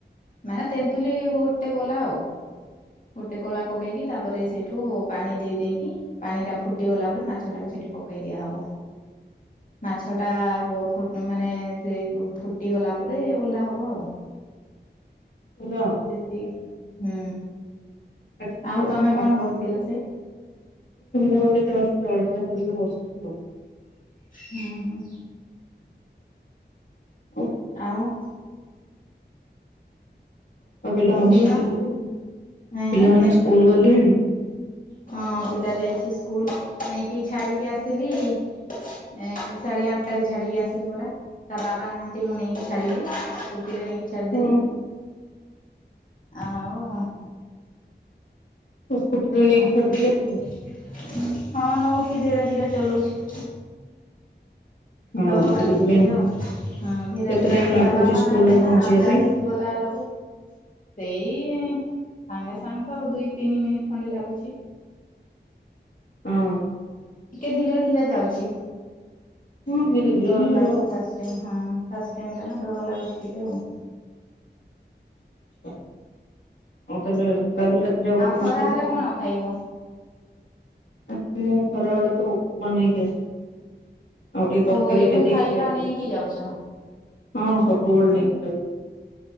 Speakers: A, on the left; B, on the left.
A: ମାନେ ତେନ୍ତୁଲି ଗୋଟେ ଗୋଲା ଆଉ। ଗୋଟେ କୋଳା ପକେଇକି ତାପରେ ସେଇଠୁ ପାଣି ଦେଇ ଦେଇକି ପାଣି ଟା ଫୁଟିଗଲା ପରେ ମାଛଟାକୁ ସେଠି ପକେଇ ଦିଆହବ। ମାଛଟା ଫୁ ମାନେ ସେଇ ଫୁଟିଗଲା ପରେ ଓହ୍ଲା ହବ ଆଉ।
B: ହେଲ
A: ସେତିକି ହୁଁ
B: ଆଜି ତ
A: ଆଉ ତମେ କଣ କରୁଥିଲ ସେ?
B: <unintelligible>
A: ହୁଁ ହୁଁ।
B: <inaudible>
A: ଆଉ
B: ଆ ପିଲାମାନେ
A: ଦିନ
B: ସ୍କୁଲ ଗଲେଣି
A: ହଁ
B: ପିଲାମାନେମାନେ ସ୍କୁଲ ଗଲେଣି?
A: ହଁ ପିଲା ଯାଇଛି ସ୍କୁଲ ନେଇକି ଛାଡ଼ିକି ଆସିଲି ଏ ସାଢେ ଆଠଟା ରେ ଛାଡିକି ଆସିଛି ପରା। ତା ବାବା ନାହାନ୍ତି ମୁଁ ନେଇକି ଛାଡିଲି। ସ୍କୁଟି ରେ ନେଇକି ଛାଡିଦେଲିି
B: ହଁ
A: ଆଉ
B: <unintelligible>
A: ଆସିଲୁ
B: ଦେଇକି ଆସିଲେ?
A: ହଁ ନଉଛି ଧୀରେ ଧୀରେ ଚଲଉଛି।
B: ହଁ
A: ଡର ଲାଗୁଛି
B: ଧୀରେ ଧୀରେ
A: ଟିକେ। ହୁଁ ଧୀରେ
B: କେତେ
A: ଧୀରେ
B: ଟାଇମ୍
A: କରି
B: ଲାଗୁଛି
A: ତା ବାବା
B: ସ୍କୁଲରେ
A: ନାହାନ୍ତି
B: ପହଞ୍ଚିବା
A: ନା ଆଉ ଚାଲିକି
B: ପାଇଁ?
A: ଗଲା ଲୋକ ସେଇ ସାଙ୍ଗେ ସାଙ୍ଗେ ତ ଦୁଇ ତିନି ମିନିଟ ଖଣ୍ଡେ ଲାଗୁଛି।
B: ହଁ
A: ଟିକେ ଧୀରା ଧିରା ଯାଉଛି।
B: ହଁ ଧୀରେ ଧୀରେ
A: ଡର
B: ହିଁ ଯିବ।
A: ଲାଗୁଛି ଫାଷ୍ଟ ହଁ ଫାଷ୍ଟ ଟାଇମ୍ ଟା ନା ଡର ଲାଗୁଛି ଟିକେ ଆଉ।
B: ଆଛା ଆଉ ତାହେଲେ କାଲି ରାତିରେ ଆଉ କଣ
A: ଖରା
B: ରୋଷେଇ
A: ହେଲେ
B: କରିଥିଲ?
A: କଣ ଖାଇବ?
B: ଆଜି ମୁଁ ଖରା ବେଳେ ତ ଔପମା ନେଇକି ଆସିଛି। ଆଉ ଟିକେ ତରକାରୀ
A: ଓହୋ ଏଠୁ
B: କେ ଖାଇଥିବ
A: ଖାଇବା ନେଇକି ଯାଉଛ
B: ହଁ ସବୁବେଳେ ନେଇକି <unintelligible>